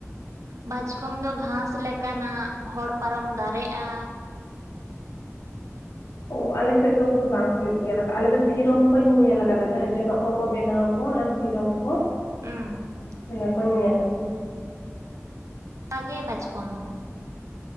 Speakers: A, on the right (about 80°); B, on the left (about 65°).
A: ᱵᱟᱪᱠᱚᱢ ᱫᱚ ᱜᱷᱟᱥ ᱞᱮᱠᱟᱱᱟᱜ ᱦᱚᱲ ᱯᱟᱨᱚᱢ ᱫᱟᱨᱮᱜᱼᱟ
B: ᱚ ᱟᱞᱮᱥᱮᱫ ᱫᱚ ᱩᱠᱩᱨ ᱵᱟᱝ ᱦᱩᱭᱩᱜ ᱜᱮᱭᱟ ᱟᱞᱮ ᱫᱚ ᱥᱤᱨᱚᱢ ᱠᱚᱧ ᱧᱮᱞ ᱟᱠᱟᱫᱟ ᱡᱟᱦᱟᱸ ᱡᱚᱱᱚᱜ ᱠᱚᱠᱚ ᱵᱮᱱᱟᱣᱟ ᱠᱚ ᱚᱱᱟ ᱥᱤᱨᱚᱢ ᱠᱚ
A: ᱦᱩᱸ
B: ᱚᱱᱟ ᱠᱚᱧ ᱧᱮᱞ ᱠᱟᱫᱟ
A: ᱵᱟᱜᱮ ᱵᱟᱪᱠᱚᱢ ᱦᱚᱸ